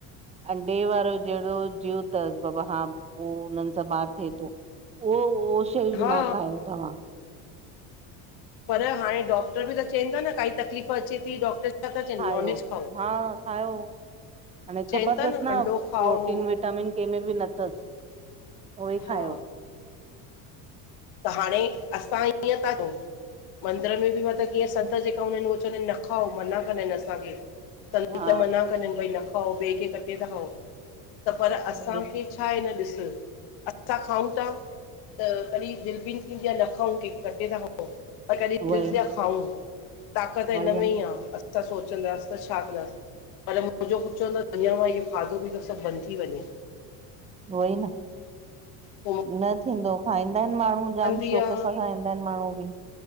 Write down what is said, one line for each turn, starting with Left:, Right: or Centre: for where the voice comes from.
Right: अंडे वारो ज़हेड़ो ज़ीव तस! बाबा हां पो उन‌ं सां बार थे तो। उओ-उहो शयूं
Left: हा
Right: न खायो तव्हां!
Left: पर हाणे डॉक्टर बि त चेन ता न काई तकलीफ़ अचे थी डॉक्टर छा था चवनि
Right: खायो,
Left: नॉनवेज खाओ
Right: हा खायो। हाणे
Left: चवनि
Right: ख़बर
Left: था
Right: तस न
Left: अंडो खाओ
Right: प्रोटीन, विटामिन केमें बि न तस! उहो ई
Left: हा
Right: खायो।
Left: त हाणे, असां ईअं ता कयूं। मंदर में बि वन त कीअं संत जेका हूंदा आयेन, उअ चवंदा आयेन, न खाओ मना कंदा आयेन असांखे। संत
Right: हा
Left: मना कंदा आयेन भई! न खाओ ॿे खे कटे था खाओ, त पर असांखे
Right: हम उई
Left: छा! आहे न ॾिस, असां खाऊं था त दिल बि थींदी आह न खाऊं, कहिं खे कटे था खाऊं पर कॾहिं
Right: उई
Left: दिल थींदी आ खाऊं। ताक़त हिन
Right: आहिनि
Left: में ई आ, असां सोचंदास त छा कंदास। पर मुहिंजो पुट चवंदो आ अञां मां इहो खाधो-पीतो सभ बंद थी वञे।
Right: उहोई न्।
Left: हा
Right: न थींदो! खाईंदा इन माणू जाम
Left: कंदी
Right: शौक़
Left: आहे
Right: सां खाईंदा इन माणूं बि।